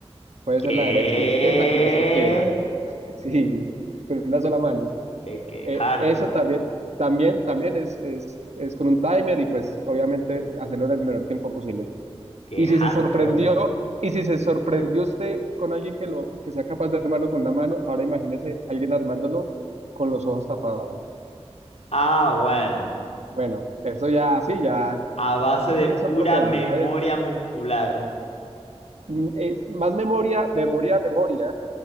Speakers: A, on the right; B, on the left.
A: Puede
B: ¿Qué?
A: ser la derecha o la izquierda, como usted quiera, <laughs> sí, con una sola mano.
B: Eh, qué
A: Eh,
B: hardcore.
A: eso también, también, también es, es, es con un timer y pues obviamente hacerlo en el menor tiempo posible.
B: Qué
A: Y
B: hardcore.
A: si se sorprendió, y si se sorprendió usted con alguien que lo, que sea capaz de armarlo con una mano, ahora imagínese alguien armándolo con los ojos tapados.
B: Ah, bueno.
A: Bueno, eso ya sí, ya
B: A base de
A: es
B: pura
A: otro tema,
B: memoria
A: ya es,
B: muscular.
A: mm, es más memoria, memoria, memoria.